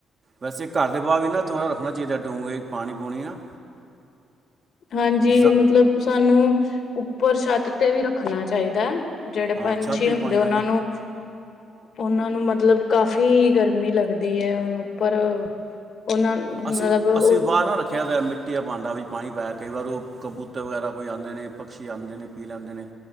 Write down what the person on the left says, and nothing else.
ਹਾਂਜੀ
ਮਤਲਬ ਸਾਨੂੰ ਉਪਰ ਛੱਤ ਤੇ ਵੀ ਰੱਖਨਾ ਚਾਈਦਾ‌‌ ਐ। ਜੇੜੇ
ਪੰਛੀ
ਹੁੰਦੇ
ਓਨਾ
ਨੂੰ ਓਨਾ ਨੂੰ ਮਤਲਬ ਕਾਫ਼ੀ ਗਰਮੀ ਲੱਗਦੀ ਐ ਹੁਨ ਉੱਪਰ। ਉਹਨਾਂ ਮਤਲਬ
ਉਹ